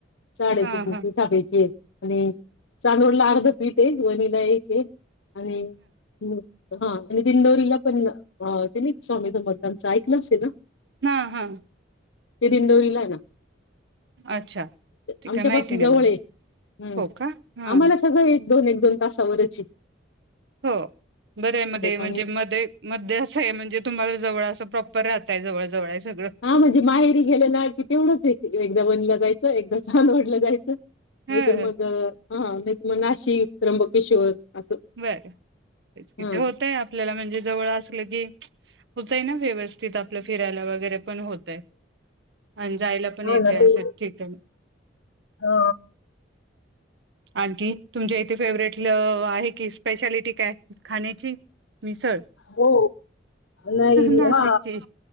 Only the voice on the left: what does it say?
साडेतीन
<unintelligible> पैकी. आणि- चांदवडला
अर्ध पीठ आहे आनी वनीला एक ह. आणि- ह- आनी हो आणि दिंडोरीला पण त्यांनीच स्वामी <unintelligible> असेल ना
ते दिंडोरी ला आहे ना
आमच्या
पासून
जवळ
आहे. हम्म-
आम्हाला सगळं दोन एक दोन तासावरच आहे.
आणि
हा म्हणजे माहेरी गेलं ना की तेवढंच एकदा वणीला जाय - एकदा छान वाटलं जायचं नाहीतर
मग हाहां नाही तर मग नाशिक, त्र्यंबकेश्वर असं
हा
हा
ना ते
अ
हो नाही मी
हा